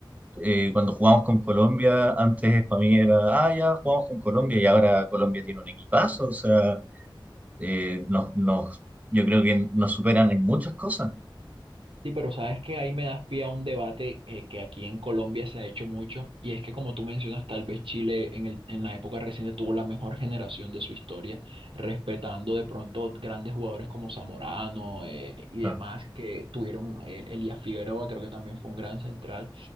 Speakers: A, on the right; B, on the right.
A: eh, cuando jugamos con Colombia, antes para mí era, ah, ya jugamos con Colombia y ahora Colombia tiene un equipazo, o sea, eh, nos, nos, yo creo que nos superan en muchas cosas.
B: Sí, pero sabes que ahí me das pie a un debate eh, que aquí en Colombia se ha hecho mucho, y es que como tú mencionas, tal vez Chile en el- en la época reciente tuvo la mejor generación de su historia, respetando de pronto grandes jugadores como Zamorano eh, y demás
A: Claro,
B: que tuvieron, el Elías Figueroa creo que también fue un gran central,